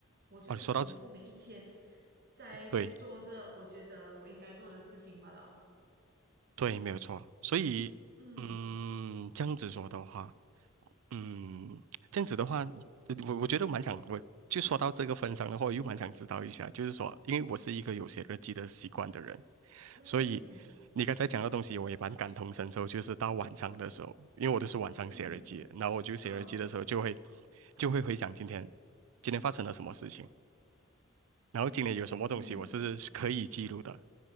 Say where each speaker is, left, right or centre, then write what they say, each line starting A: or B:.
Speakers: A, on the right; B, on the right.
A: 我就是重复每一天
B: 哦，你说到这，
A: 在在做着我觉得我应该做的事情罢了。
B: 对对，没有错。所以，
A: 嗯
B: 嗯，这样子说的话。嗯，这样子的话，呃我我觉得蛮想，我就说到这个份上的话，我又蛮想知道一下，就是说，因为我是一个有写日记的习惯的人，
A: 嗯
B: 所以你刚才讲的东西，我也蛮感同身受。就是到晚上的时候，因为我都是晚上写日记的然后我就写日记的时候就会
A: 嗯嗯
B: 就会回想今天今天发生了什么事情，然后今天有什么东西我是可以记录的。
A: 嗯。